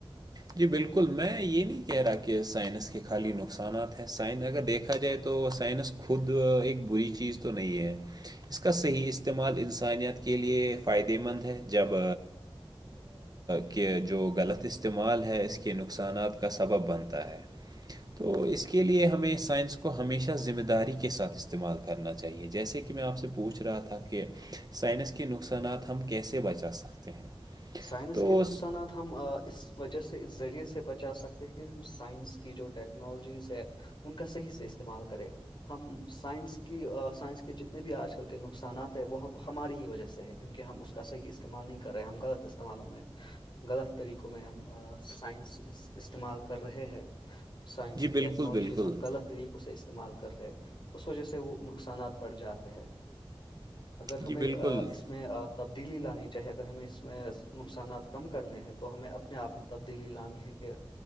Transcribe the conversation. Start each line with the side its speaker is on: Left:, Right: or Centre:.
Right: جی بالکل میں یہ نہیں کہہ رہا کہ سائنس کے خالی نقصانات ہیں سائن اگر دیکھا جائے تو تو سائنس خود ایک بری چیز تو نہیں ہے اس کا صحیح استعمال انسانیت کے لیے فائدہ مند ہے جب کہہ جو غلط استعمال ہے اس کے نقصانات کا سبب بنتا ہے تو اس کے لیے ہمیں سائنس کو ہمیشہ ذمہ داری کے ساتھ استعمال کر ہے کرنا چاہیے جیسے کہ میں آپ سے پوچھ رہا تھا کہ سائنس کے نقصانات ہم کیسے بچا سکتے ہیں
Left: سائنس
Right: تو
Left: کے نقصانات
Right: س-
Left: ہم اس وجہ سے اس ذریعے سے بچا سکتے ہیں کہ ہم سائنس کی جو ٹیکنالوجیز ہے ان کا صحیح سے استعمال کرے ہم سائنس کی سائنس کے جتنے بھی آج کل کے نقصانات ہیں وہ ہماری ہی وجہ سے ہے کیونکہ ہم اس کا صحیح استعمال نہیں کر رہے ہم کا استعمالوں میں غلط طریقوں میں ہم سائنس استعمال کر رہے ہیں سائنس
Right: جی
Left: کی
Right: بالکل
Left: ٹیکنالوجیز
Right: بالکل
Left: ہم غلط طریقے اسے استعمال کر رہے اس وجہ سے وہ نقصانات بڑھ جاتے ہیں اگر ہمیں
Right: جی بالکل
Left: اس میں تبدیلی لانی چاہیے اگر ہمیں اس نقصانات کم کرنے ہیں تو ہمیں اپنے آپ میں تبدیلی لانی ہے کہ